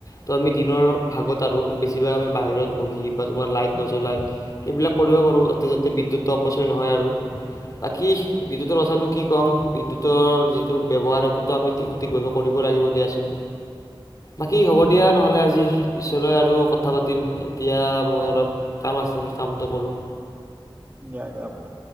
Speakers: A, on the left; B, on the right.
A: ত আমি দিনৰ ভাগত আৰু বেছিভাগ আমি বাহিৰত বহি বা তোমাৰ লাইট নজলাই সেইবিলাক কৰিব পাৰোঁ যাতে যাতে বিদ্যুত অপচয় নহয় আৰু বাকী বিদ্যুতৰ কথানো কি ক'ম বিদ্যুতৰ যিটো ব্যৱহাৰ সেইটোতো আমি সঠিকভাৱে কৰিব লাগিব দিয়াচোন বাকী হ'ব দিয়া নহ'লে আজি পিছলৈ আৰু কথা পাতিম এতিয়া মই অলপ কাম আছে। ছে সেই কামটো কৰোঁ।
B: দিয়া দিয়া হ'ব দে।